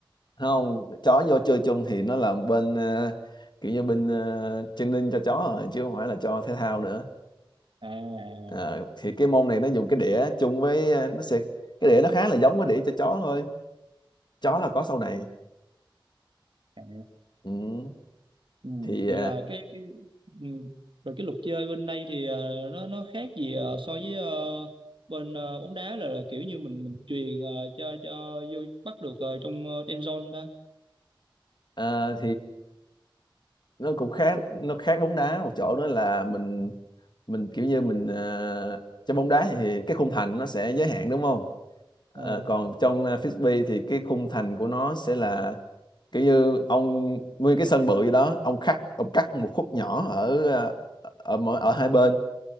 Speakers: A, on the left; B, on the right.
A: không chó vô chơi chung thì nó là bên ờ, kiểu như bên ờ, training cho chó rồi chứ không phải là cho thể thao nữa
B: à
A: Ờ, thì cái môn này nó dùng cái đĩa chung với ờ, nó sẽ cái đĩa nó khá là giống với đĩa cho chó thôi chó là có sau này
B: à
A: ừ.
B: ừ,
A: thì
B: vậy là cái, cái ừ. rồi cái luật chơi bên đây thì ờ, nó nó khác gì ờ, so với ờ, bên ờ, bóng đá là, là kiểu như mình mình chuyền ờ, cho cho vô bắt được ờ, trong ờ, end zone ta
A: uh, nó cũng khác nó khác bóng đá một chỗ nữa là mình mình kiểu như mình ờ, trong bóng đá thì cái khung thành nó sẽ giới hạn đúng không
B: ờ
A: Ờ, còn trong ờ, frisbee thì cái khung thành của nó sẽ là kiểu như ông nguyên cái sân bự gì đó ông cắt ông cắt một khúc nhỏ ở ờ, ở mỗi ở hai bên